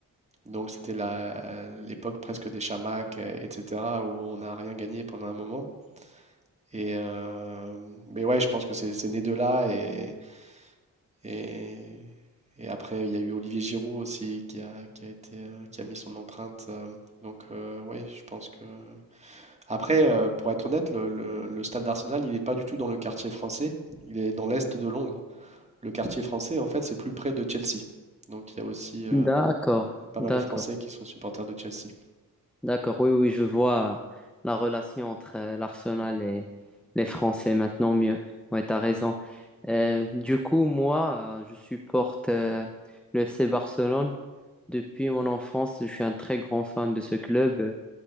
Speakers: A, on the right (about 15°); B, in the centre.
A: Donc c'était la- euh, l'époque presque des chamacs, euh, etc., où on n'a rien gagné pendant un moment. Et euh, mais ouais, je pense que c'est c'est né de là. Et, et, et après, il y a eu Olivier Giroud aussi qui a, qui a été, euh, qui a mis son empreinte. euh, donc euh, ouais, je pense que... Après, euh, pour être honnête, le, le- le stade d'Arsenal, il n'est pas du tout dans le quartier français. Il est dans l'est de Londres. Le quartier français, en fait, c'est plus près de Chelsea. Donc il y a aussi euh,
B: D'accord,
A: pas
B: d'accord.
A: mal de Français qui sont supporters de Chelsea.
B: D'accord, oui, oui, je vois la relation entre euh, l'Arsenal et les Français maintenant mieux. Ouais, t'as raison. Euh, du coup, moi, euh, je supporte euh, le FC Barcelone. Depuis mon enfance, je suis un très grand fan de ce club.